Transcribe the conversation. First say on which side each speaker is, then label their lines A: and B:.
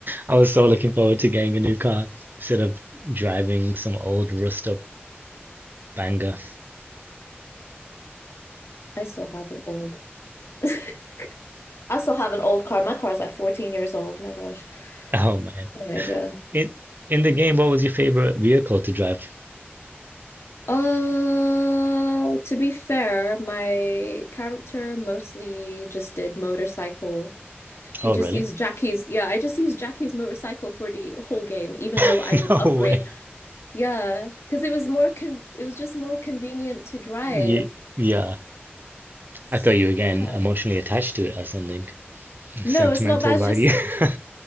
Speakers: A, on the right; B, on the left.
A: I was so looking forward to getting a new car instead of driving some old rust up banger. <laughs>
B: I still have an old. <laughs> I still have an old car. My car's like 14 years old. My gosh.
A: Oh man.
B: Anyways, yeah.
A: In in the game, what was your favorite vehicle to drive?
B: Uh, to be fair, my character mostly just did motorcycle. He
A: Oh
B: just
A: really?
B: used Jackie's. Yeah, I just used Jackie's motorcycle for the whole game, even though
A: <laughs>
B: I would
A: No
B: upgrade
A: way.
B: Yeah, because it was more con it was just more convenient to drive.
A: Ye- yeah.
B: S-
A: I thought you were getting
B: Yeah.
A: emotionally attached to it or something.
B: No,
A: sentimental
B: it's not bad. It's
A: value.
B: just
A: <laughs>